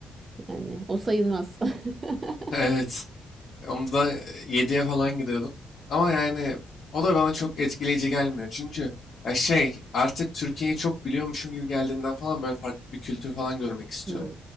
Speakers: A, on the right; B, on the left.
A: yani o sayılmaz. <laughs>
B: <laughs> Evet. Onda Yediye falan gidiyordum. Ama yani o da bana çok etkileyici gelmiyor. Çünkü ya şey artık Türkiye'yi çok biliyormuşum gibi geldiğinden falan böyle farklı bir kültür falan görmek istiyorum.
A: Hmm,